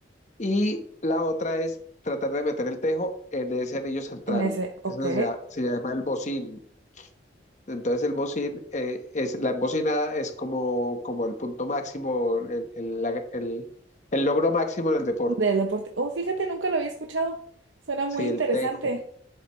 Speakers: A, on the left (about 40°); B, on the right (about 80°).
A: Y la otra es tratar de meter el tejo en ese anillo central.
B: En ese, ok.
A: Eso se llama, se llama el bocín, entonces el bocín, eh, es, la embocinada es como, como el punto máximo, el, el- la- el- el logro máximo en el deporte.
B: Del deporte. Oh, fíjate, nunca lo había escuchado. Suena
A: Sí,
B: muy interesante.
A: el tejo.